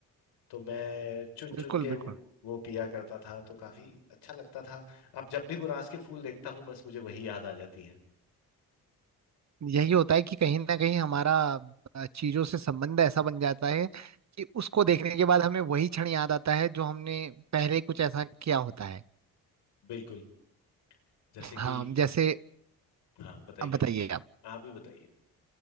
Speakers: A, on the left; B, on the right.
A: तो मैं चुन चुन
B: बिल्कुल
A: के वो
B: बिल्कुल
A: वो पिया करता था तो काफी अच्छा लगता था अब जब भी मुरास के फूल देखता हूँ बस मुझे वही याद आ जाती है
B: यही होता है कि कहीं ना कहीं हमारा अ, चीजों से संबंध ऐसा बन जाता है कि उसको देखने के बाद हमें वही क्षण याद आता है जो हमने पहले कुछ ऐसा किया होता है
A: बिल्कुल जैसे
B: हाँ
A: कि
B: जैसे
A: हाँ बताइए
B: अब बताइए आप
A: आप ही बताइए